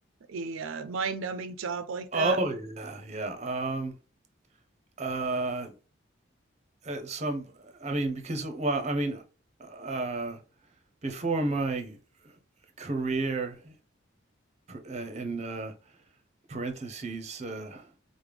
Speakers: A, on the right; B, on the right.
A: a uh, mind numbing job like
B: Oh
A: that?
B: yeah, yeah. Um, uh, at some, I mean, because well, I mean, uh, before my career uh, in uh, parentheses, uh,